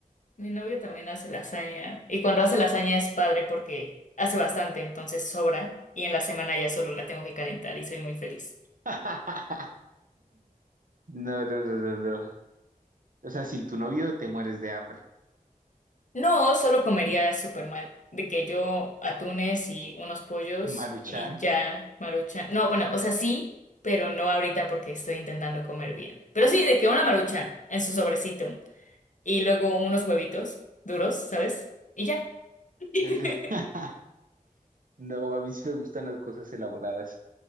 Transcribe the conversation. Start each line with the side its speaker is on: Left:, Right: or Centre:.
Left: Mi novio también hace lasaña y cuando hace lasaña es padre porque hace bastante, entonces sobra y en la semana ya solo la tengo que calentar y soy muy feliz.
Right: <laughs> No, no, no, no, no. O sea, sin tu novio te mueres de hambre.
Left: No, solo comería súper mal, de que yo atunes y unos pollos
Right: Maruchan.
Left: y ya maruchan. No, bueno, o sea, sí, pero no ahorita porque estoy intentando comer bien. Pero sí, de que una maruchan en su sobrecito y luego unos huevitos duros, ¿sabes? Y ya. <laughs>
Right: Eh, <laughs> No, a mí sí me gustan las cosas elaboradas.